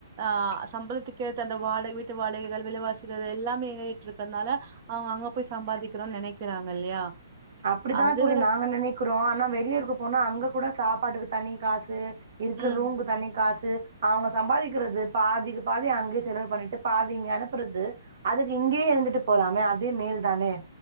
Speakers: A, on the right (about 45°); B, on the right (about 60°).
A: ஆஹ் சம்பளத்துக்கேத்த அந்த வாட வீட்டு வாடகைகள் விலைவாசிகள் எல்லாமே ஏ றிட்ருக்கனால அவுங்க அங்க போய் சம்பாதிக்கிறோன் நெனக்கிறாங்க இல்லையா
B: அப்டிதா
A: அது
B: தோழி நாங்க நெனக்கிறோ ஆனா வெளியூருக்கு போனா அங்க கூட சாப்பாட்டுக்கு தனி காசு இருக்குற
A: ம்
B: ரூம்க்கு தனி காசு அவுங்க சம்பாதிக்கிறது பாதிக்கு பாதி அங்கயே செலவு பண்ணிட்டு பாதி இங்க அனுப்புறது அதுக்கு இங்கயே இருந்துட்டு போலாமே அதே மேல் தானே